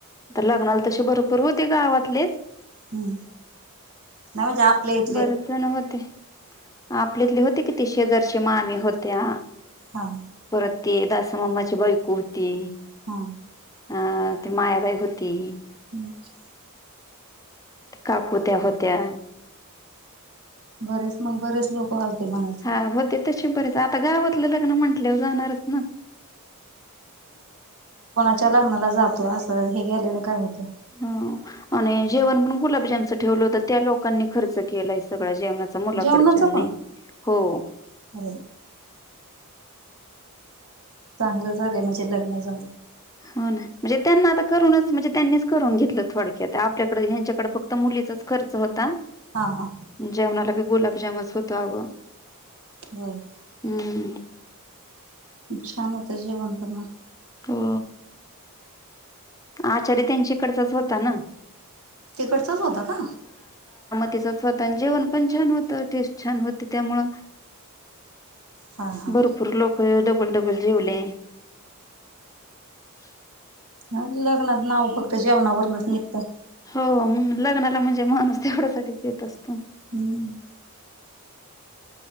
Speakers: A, on the left; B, on the right.
A: लग्नाला तसे भरपूर होते गावातलेच.
B: हम्म. नाही म्हणजे आपल्या इथले
A: बरेच जण होते. आपल्यातले होते किती शेजारची मामी होत्या
B: हां.
A: परत ते दासा मम्माची बायको होती.
B: हम.
A: अ ती मायाबाई होती.
B: अच्छा.
A: काकुत्या होत्या.
B: बरेच मग बरेच लोक आलते म्हणायचे.
A: हा होते तसे बरच आता गावातलं लग्न म्हंटल्यावर जाणारच ना.
B: लग्ना जातो अस. हे गेल्यान काय होतय.
A: हा. आणि जेवण पण गुलाबजामचं ठेवलं होत. त्या लोकांनी खर्च केलाय सगळ जेवणा चा मुलाकडच्यांनी
B: जेवणाच पण
A: हो.
B: अरे चांगलं झालंय म्हणजे लग्न जाऊन.
A: हो ना. म्हणजे त्यांना आता करूनच. म्हणजे त्यांनीच करून घेतलं थोडक्या आपल्याकडे ह्यांच्याकडे फक्त मुली. चाच खर्च होता.
B: हा हा
A: जेवणाला बी गुलाबजाम होतो अग.
B: होय.
A: हम्म.
B: छान होत जेवण पण मग.
A: हो आचारी त्यांच्याकडचाच होता ना.
B: तिकडचाच होता का?
A: तिचं स्वतः जेवण पण छान होत. टेस्ट छान होते त्यामुळ.
B: हा हा
A: भरपूर लोक डबल डबल जेवले. <unintelligible>
B: ह लग्नात नाव फक्त जेवणावरूनच निघत.
A: हो लग्नाला म्हणजे माणूस तेवढ्यासाठीच येत असत. <inaudible>
B: हम्म